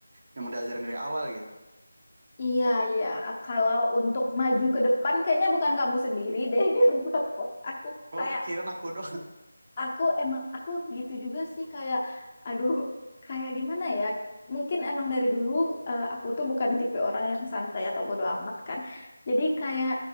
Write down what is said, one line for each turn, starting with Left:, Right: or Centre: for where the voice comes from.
Right: yang diajarin dari awal gitu
Left: Iya, iya. Kalau untuk maju ke depan, kayaknya bukan kamu sendiri deh <laughs> yang takut. Aku kayak,
Right: oh kirain aku doang
Left: aku emang, aku gitu juga sih kayak, aduh, kayak gimana ya? Mungkin emang dari dulu eh, aku tuh bukan tipe orang yang santai atau bodo amat kan. Jadi kayak